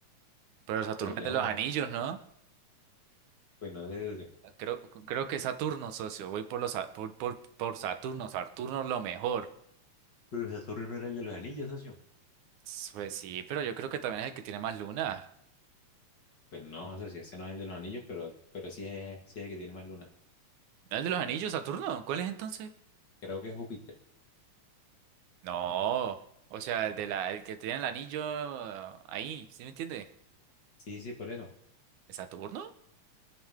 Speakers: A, on the right (about 90°); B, on the left (about 40°).
A: Pero Saturno
B: Pues diría
A: es de los
B: uno,
A: anillos, ¿no?
B: pues no sé, socio.
A: Creo, creo que Saturno, socio. Voy por los, Sa- por, por, por Saturno. Saturno es lo mejor.
B: Pero Saturno no era el de los anillos, socio.
A: S- Pues sí, pero yo creo que también es el que tiene más lunas
B: Pues no, socio, ese no es el de los anillos, pero, pero sí es, sí es el que tiene más lunas.
A: ¿No es el de los anillos, Saturno? ¿Cuál es entonces?
B: Creo que es Júpiter.
A: No. O sea, el de la, el que tiene el anillo ah, ahí, ¿sí me entiende?
B: Sí, sí, por eso.
A: ¿Es Saturno?